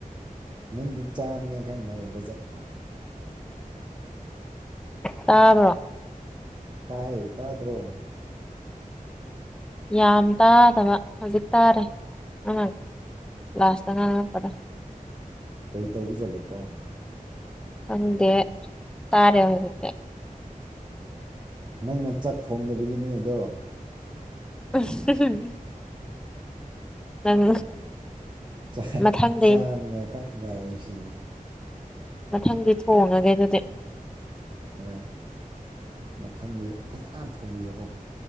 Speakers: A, on the right; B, in the centre.
A: ꯅꯪꯗꯤ ꯆꯥꯅꯤꯡꯉꯥꯏ ꯊꯛꯅꯉꯥꯏ ꯕꯖꯠꯂꯣ
B: ꯇꯥꯕ꯭ꯔꯣ
A: ꯇꯥꯏꯌꯦ ꯇꯥꯗ꯭ꯔꯣ
B: ꯌꯥꯝ ꯇꯥꯗꯕ ꯍꯧꯖꯤꯛ ꯇꯥꯔꯦ ꯑꯉꯥꯡ ꯂꯥꯁꯇ ꯉꯥꯡꯉꯛꯄꯗꯣ
A: ꯀꯩ ꯇꯧꯕ ꯖꯠꯂꯀꯣ
B: ꯈꯪꯗꯦ ꯇꯥꯔꯦ ꯍꯧꯖꯤꯛꯇ
A: ꯅꯪꯅ ꯆꯥꯛ ꯊꯣꯡꯗꯕꯒꯤꯅꯦ ꯑꯗꯣ
B: <unintelligible> ꯅꯪ
A: ꯆꯥ
B: ꯃꯊꯪꯗꯩ
A: ꯆꯥꯅꯤꯡꯉꯥꯏ ꯈꯛꯉꯥꯏꯁꯤꯅꯤ
B: ꯃꯊꯪꯗꯤ ꯊꯣꯡꯉꯒꯦ ꯑꯗꯨꯗꯤ
A: ꯍꯣꯏ ꯃꯊꯪꯗꯤ ꯐꯖꯥꯅ ꯊꯣꯡꯕꯤꯌꯣꯀꯣ